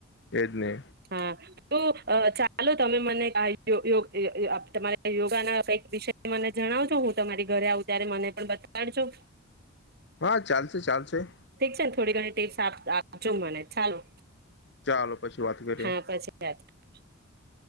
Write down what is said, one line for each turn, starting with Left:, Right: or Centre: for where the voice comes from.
Left: એજ ને
Right: હા તો ચા ચાલો તમે મને કયો તમા યોગા ના કઈક વિષય મને જણાવજો હું, તમારી ઘરે આવું, ત્યારે મને પણ બતાડજો.
Left: હા ચાલશે ચાલશે.
Right: ઠીક છે, ને થોડી ઘણી ટીપ્સ આપજો મને ચાલો.
Left: ચાલો પછી વાત કરીએ.
Right: હા <inaudible>